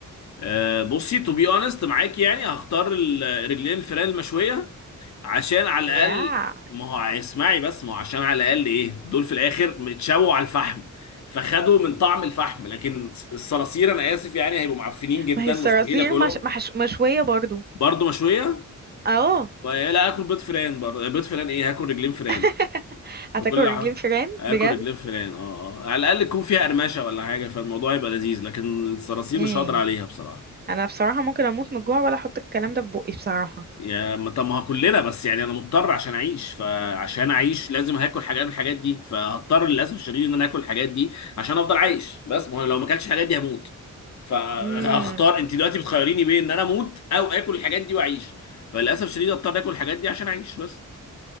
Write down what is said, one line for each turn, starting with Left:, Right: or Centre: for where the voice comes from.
Left: آه، بصي تو بي اونست معاك يعني هختار الرجلين الفلان المشويه عشان على الاقل
Right: ياه
Left: ما هو اسمعي بس ما هو عشان على الاقل ايه دول في الاخر متشووا على الفحم فخدوا من طعم الفحم لكن الصراصير انا اسف يعني هيبقوا معفنين جدا
Right: ما هي الصراصير
Left: مستحيل اكلهم
Right: مش... محش... مشوية برضو
Left: برضه مشويه
Right: اه
Left: ما- لا اكل بيض فيران برضه بيض فيران ايه هاكل رجلين فيران
Right: <laughs> هتاكل
Left: بكل
Right: رجلين
Left: حاجه
Right: فيران
Left: اكل
Right: بجد
Left: رجلين فيران اه اه على الاقل يكون فيها قرمشه ولا حاجه فالموضوع يبقى لذيذ لكن الصراصير
Right: امم
Left: مش هقدر عليها بصراحه
Right: انا بصراحة ممكن اموت من الجوع ولا احط الكلام ده في بقي بصراحة
Left: يا ما- طب ما هو كلنا بس يعني انا مضطر عشان اعيش فعشان اعيش لازم هاكل حاجات من الحاجات دي فهضطر للاسف الشديد ان انا اكل الحاجات دي عشان افضل عايش بس ما هو أنا لو ما اكلتش الحاجات دي هموت فهختار
Right: امم
Left: انت دلوقتي بتخيريني بين ان انا اموت او اكل الحاجات دي واعيش فللاسف الشديد اضطر اكل الحاجات دي عشان اعيش بس